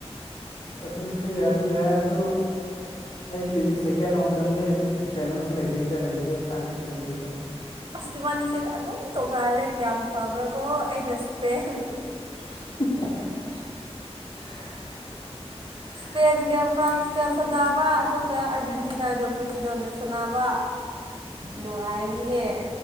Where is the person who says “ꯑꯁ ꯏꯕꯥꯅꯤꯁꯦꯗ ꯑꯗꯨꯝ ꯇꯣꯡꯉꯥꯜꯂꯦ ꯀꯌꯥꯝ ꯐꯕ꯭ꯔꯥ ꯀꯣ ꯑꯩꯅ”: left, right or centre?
Right